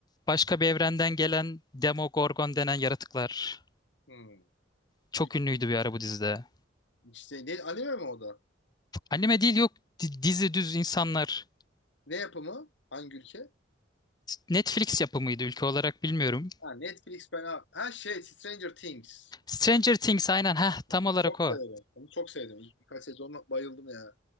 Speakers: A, on the left; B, on the left.
A: başka bir evrenden gelen Demogorgon denen yaratıklar.
B: Hı.
A: Çok
B: Bir,
A: ünlüydü bir ara bu dizide.
B: işte, ne, anime mi o da?
A: Anime değil yok di- dizi düz insanlar.
B: Ne yapımı? Hangi ülke?
A: Netflix yapımıydı ülke olarak bilmiyorum.
B: Ha, Netflix ben abi ha şey Stranger Things.
A: Stranger Things aynen ha
B: Hı,
A: tam olarak
B: Çok
A: o.
B: severim. Onu çok sevdim. İlk birkaç sezonla bayıldım ya.